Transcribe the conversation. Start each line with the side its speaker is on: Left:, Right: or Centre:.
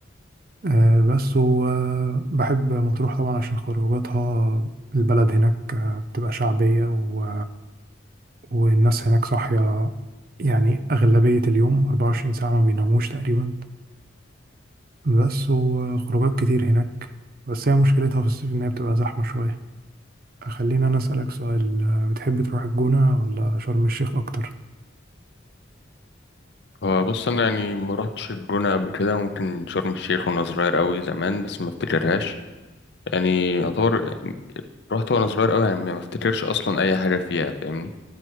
Right: آه، بس وبحب مطروح طبعا عشان خروجاتها البلد هناك آه، بتبقى شعبية و... والناس هناك صاحية يعني أغلبية اليوم 24 ساعة ما بيناموش تقريبا بس وخروجات كتير هناك بس هي مشكلتها في الصيف إن هي بتبقى زحمة شوية خلينا أنا أسألك سؤال آه، بتحب تروح الجونة ولا شرم الشيخ أكتر؟
Left: هو بص انا يعني ما رحتش الجونة قبل كده ممكن شرم الشيخ وانا صغير اوي زمان بس ما افتكرهاش يعني يعتبر رحت وانا صغير اوي يعني ما افتكرش اصلا اي حاجة فيها فاهمني